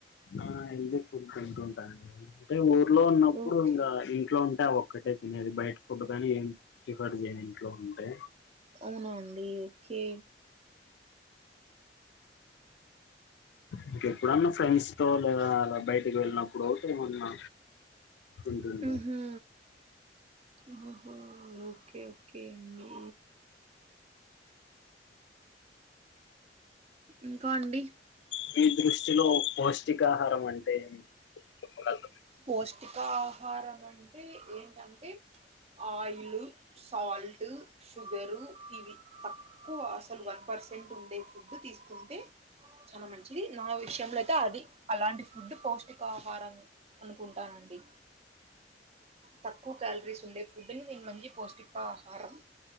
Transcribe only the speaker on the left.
ఆ హెల్తీ ఫుడ్ తింటుంటా అండి అంటే ఊర్లో ఉన్నప్పుడు
ఇంకా ఇంట్లో ఉంటే అవి ఒక్కటే తినేది బైట్ ఫుడ్ కానీ ఏం ప్రిఫర్ చేయను ఇంట్లో ఉంటే
ఇంకే ఎప్పుడన్నా ఫ్రెండ్స్ తో లేదా అలా బయటికి వెళ్ళినప్పుడు ఒకటి ఏమన్నా ఉంటది
మీ దృష్టిలో పౌష్టికాహారం అంటే చెప్పగలరా